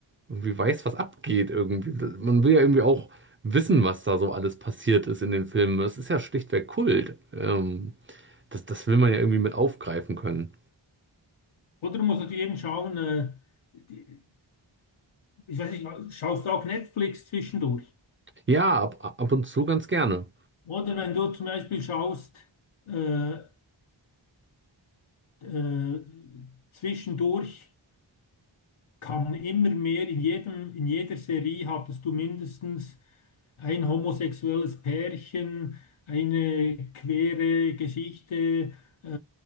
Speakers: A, on the right (about 25°); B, on the left (about 80°).
A: irgendwie weiß, was abgeht irgendwie. Man will ja irgendwie auch wissen, was da so alles passiert ist in den Filmen. Es ist ja schlichtweg Kult. Ähm, das, das will man ja irgendwie mit aufgreifen können.
B: Oder du musst natürlich eben schauen, äh, die- ich weiß nicht, schaust du auch Netflix zwischendurch?
A: Ja, ab, ab und zu ganz gerne.
B: Oder wenn du zum Beispiel schaust, äh, Äh, zwischendurch kam immer mehr, in jedem, in jeder Serie hattest du mindestens ein homosexuelles Pärchen, eine queere Geschichte, äh,